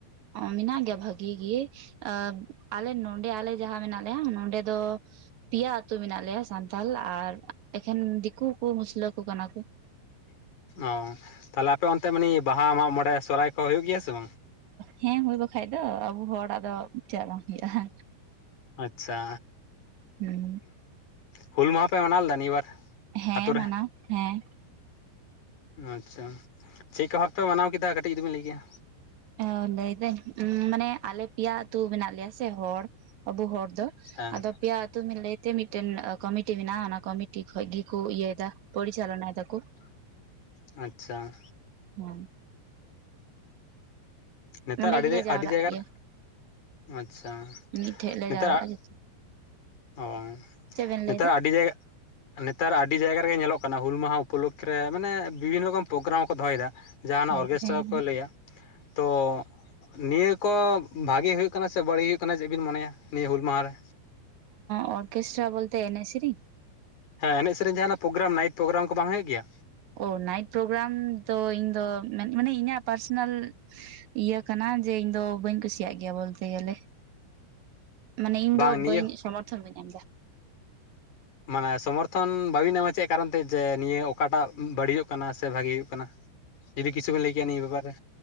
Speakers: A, on the right; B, on the left.
A: ᱚ ᱢᱮᱱᱟᱜ ᱜᱮᱭᱟ ᱵᱷᱟᱜᱤ ᱜᱮ᱾ ᱟᱸ ᱟᱞᱮ ᱱᱚᱰᱮ ᱟᱞᱮ ᱡᱟᱦᱟᱸ ᱢᱮᱱᱟᱜ ᱞᱮᱭᱟ ᱱᱚᱰᱮ ᱫᱚ ᱯᱮᱭᱟ ᱟᱹᱛᱩ ᱢᱮᱱᱟᱜ ᱞᱮᱭᱟ ᱥᱟᱱᱛᱟᱞ ᱟᱨ ᱮᱠᱷᱮᱱ ᱫᱤᱠᱩ ᱠᱚ ᱢᱩᱥᱞᱟᱹ ᱠᱚ ᱠᱟᱱᱟ ᱠᱚ᱾
B: ᱚ ᱛᱟᱦᱚᱞᱮ ᱟᱯᱮ ᱚᱱᱛᱮ ᱢᱟᱱᱮ ᱵᱟᱦᱟ ᱢᱟᱜᱢᱚᱬᱮ ᱥᱚᱨᱦᱟᱭ ᱠᱚ ᱦᱩᱭᱩᱜ ᱜᱮᱭᱟ ᱥᱮ ᱵᱟᱝ?
A: ᱦᱮᱸ ᱦᱩᱭ ᱵᱟᱠᱷᱟᱡ ᱫᱚ ᱟᱵᱚ ᱦᱚᱲᱟᱜ ᱫᱚ ᱪᱮᱫᱟᱜ ᱵᱟᱝ ᱦᱩᱭᱩᱜᱼᱟ᱾
B: ᱟᱪᱪᱷᱟ
A: ᱦᱩᱸ
B: ᱦᱩᱞ ᱢᱟᱦᱟ ᱯᱮ ᱢᱟᱱᱟᱣ ᱞᱮᱫᱟ ᱱᱤᱭᱟᱹ ᱵᱟᱨ?
A: ᱦᱮᱸ
B: ᱟᱛᱳ ᱨᱮ
A: ᱢᱟᱱᱟᱣ ᱦᱮᱸ᱾
B: ᱟᱪᱪᱷᱟ ᱪᱮᱫᱠᱟ ᱵᱷᱟᱵ ᱯᱮ ᱢᱟᱱᱟᱣ ᱠᱮᱫᱟ ᱠᱟᱹᱴᱤᱡ ᱡᱩᱫᱤ ᱵᱮᱱ ᱞᱟᱹᱭ ᱠᱮᱭᱟ?
A: ᱚ ᱞᱟᱹᱭᱫᱟᱹᱧ ᱢᱟᱱᱮ ᱟᱞᱮ ᱯᱮᱭᱟ ᱟᱹᱛᱩ ᱢᱮᱱᱟᱜ ᱞᱮᱭᱟ ᱥᱮ ᱦᱚᱲ, ᱟᱵᱚ ᱦᱚᱲ ᱫᱚ
B: ᱦᱮᱸ
A: ᱟᱫᱚ ᱯᱮᱭᱟ ᱟᱹᱛᱩ ᱵᱤᱱ ᱞᱟᱹᱭᱛᱮ ᱢᱤᱫᱴᱮᱱ ᱠᱚᱢᱤᱴᱤ ᱢᱮᱱᱟᱜᱼᱟ, ᱚᱱᱟ ᱠᱚᱢᱤᱴᱤ ᱠᱷᱚᱡ ᱜᱮᱠᱚ ᱤᱭᱟᱹᱭ ᱫᱟ ᱯᱚᱨᱤᱪᱟᱞᱚᱱᱟᱭ ᱫᱟᱠᱚ᱾
B: ᱟᱪᱪᱷᱟ
A: ᱦᱩᱸ
B: ᱱᱮᱛᱟᱨ
A: ᱚᱸᱰᱮ
B: ᱟᱹᱰᱤ
A: ᱜᱮᱞᱮ ᱡᱟᱣᱨᱟᱜ
B: ᱟᱹᱰᱤ ᱡᱟᱭᱜᱟᱨᱮ
A: ᱜᱮᱭᱟ
B: ᱟᱪᱪᱷᱟ
A: ᱢᱤᱫ ᱴᱷᱮᱡ ᱞᱮ
B: ᱱᱮᱛᱟᱜ
A: ᱡᱟᱣᱨᱟᱜᱼᱟ ᱡᱚᱛᱚ
B: ᱚ
A: ᱪᱮᱫ ᱵᱮᱱ
B: ᱱᱮᱛᱟᱨ
A: ᱞᱟᱹᱭᱫᱟ
B: ᱟᱹᱰᱤ ᱡᱟᱭᱜᱟ ᱱᱮᱛᱟᱨ ᱟᱹᱰᱤ ᱡᱟᱭᱜᱟ ᱨᱮᱜᱮ ᱧᱮᱞᱚᱜ ᱠᱟᱱᱟ ᱦᱩᱞ ᱢᱟᱦᱟ ᱩᱯᱚᱞᱚᱠᱠᱷᱮ ᱨᱮ ᱢᱟᱱᱮ ᱵᱤᱵᱷᱤᱱᱱᱚ ᱨᱚᱠᱚᱢ ᱯᱨᱳᱜᱨᱟᱢ ᱠᱚ ᱫᱚᱦᱚᱭᱮᱫᱟ᱾ ᱡᱟᱦᱟᱱᱟᱜ
A: ᱦᱮᱸ
B: ᱚᱨᱜᱮᱥᱴᱟᱨᱟ
A: ᱦᱮᱸ
B: ᱠᱚ ᱞᱟᱹᱭᱟ᱾ ᱛᱚ ᱱᱤᱭᱟᱹ ᱠᱚ ᱵᱷᱟᱜᱮ ᱦᱩᱭᱩᱜ ᱠᱟᱱᱟ ᱥᱮ ᱵᱟᱹᱲᱤᱡ ᱦᱩᱭᱩᱜ ᱠᱟᱱᱟ ᱪᱮᱫᱵᱤᱱ ᱢᱚᱱᱮᱭᱟ ᱱᱤᱭᱟᱹ ᱦᱩᱞ ᱢᱟᱦᱟ ᱨᱮ?
A: ᱚ ᱚᱨᱠᱮᱥᱴᱟᱨ ᱵᱚᱞᱛᱮ ᱮᱱᱮᱡ ᱥᱤᱨᱤᱧ?
B: ᱦᱮᱸ ᱮᱱᱮᱡ ᱥᱮᱨᱮᱧ ᱡᱟᱦᱟᱱᱟᱜ ᱯᱨᱳᱜᱮᱨᱟᱢ ᱱᱟᱭᱤᱴ ᱯᱨᱳᱜᱮᱨᱟᱢ ᱠᱚ ᱵᱟᱝ ᱦᱩᱭᱩᱜ ᱜᱮᱭᱟ?
A: ᱚ ᱱᱟᱭᱤᱴ ᱯᱨᱳᱜᱮᱨᱟᱢ ᱫᱚ ᱤᱧ ᱫᱚ ᱢᱟᱱᱮ ᱤᱧᱟᱹᱜ ᱯᱟᱨᱥᱚᱱᱟᱞ ᱤᱭᱟᱹ ᱠᱟᱱᱟ ᱡᱮ ᱤᱧ ᱫᱚ ᱵᱟᱹᱧ ᱠᱩᱥᱤᱭᱟᱜ ᱜᱮᱭᱟ ᱵᱚᱞᱛᱮ ᱜᱮᱞᱮ᱾ ᱢᱟᱱᱮ ᱤᱧ
B: ᱵᱟᱝ
A: ᱫᱚ
B: ᱱᱤᱭᱟᱹ
A: ᱵᱟᱹᱧ ᱥᱚᱢᱚᱨᱛᱷᱚᱱ ᱵᱟᱹᱧ ᱮᱢᱫᱟ᱾
B: ᱢᱟᱱᱮ ᱥᱚᱢᱚᱨᱛᱷᱚᱱ ᱵᱟᱹᱵᱤᱱ ᱮᱢᱟ ᱪᱮᱫ ᱠᱟᱨᱚᱱ ᱛᱮ ᱡᱮ ᱱᱤᱭᱟᱹ ᱚᱠᱟᱴᱟᱜ ᱵᱟᱹᱲᱤᱡᱚᱜ ᱠᱟᱱᱟ ᱥᱮ ᱵᱷᱟᱜᱤ ᱦᱩᱭᱩᱜ ᱠᱟᱱᱟ? ᱡᱩᱫᱤ ᱠᱤᱪᱷᱩᱵᱮᱱ ᱞᱟᱹᱭ ᱠᱮᱭᱟ ᱱᱤᱭᱟᱹ ᱵᱮᱯᱟᱨ ᱨᱮ?